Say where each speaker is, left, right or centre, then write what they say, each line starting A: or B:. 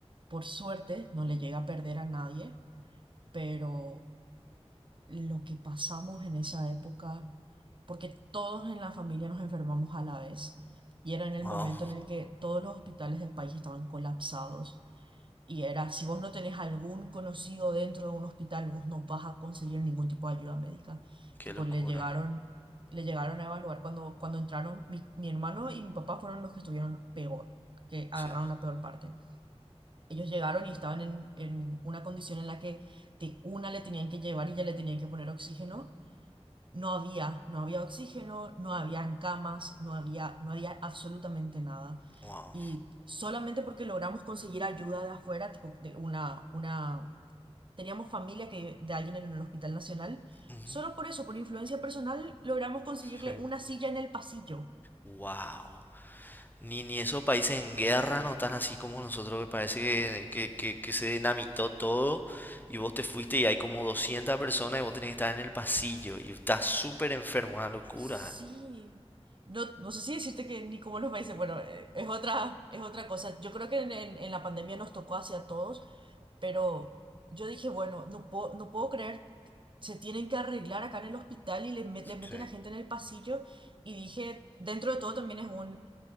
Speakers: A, on the right (about 50°); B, on the left (about 15°).
A: Por suerte no le llega a perder a nadie, pero lo que pasamos en esa época, porque todos en la familia nos enfermamos a la vez y era en el
B: Wow,
A: momento en el que todos los hospitales del país estaban colapsados y era, si vos no tenés algún conocido dentro de un hospital, vos no vas a conseguir ningún tipo de ayuda médica.
B: qué
A: Tipo,
B: locura.
A: le llegaron, le llegaron a evaluar cuando, cuando entraron, mi, mi hermano y mi papá fueron los que estuvieron peor, que agarraron
B: Sí.
A: la peor parte. Ellos llegaron y estaban en, en una condición en la que de una le tenían que llevar y ya le tenían que poner oxígeno no había, no había oxígeno, no habían camas, no había, no había absolutamente nada.
B: Wow.
A: Y solamente porque logramos conseguir ayuda de afuera, tipo de una, una, teníamos familia que, de alguien en el Hospital Nacional,
B: Ujú.
A: solo por eso, por influencia personal, logramos conseguirle
B: Sí.
A: una silla en el pasillo.
B: Wow. Ni, ni esos países en guerra no tan así como nosotros, que parece que, que, que- que se dinamitó todo y vos te fuiste y hay como 200 personas y vos tenés que estar en el pasillo y estás súper enfermo, una locura.
A: Sí. No, no sé si decirte que ni como los países, bueno, eh, es otra, es otra cosa. Yo creo que en, en en la pandemia nos tocó hacia todos. Pero yo dije, bueno, no puedo, no puedo creer, se tienen que arreglar acá en el hospital y le, met-
B: Sí,
A: le meten a gente en el pasillo. Y dije, dentro de todo también es un,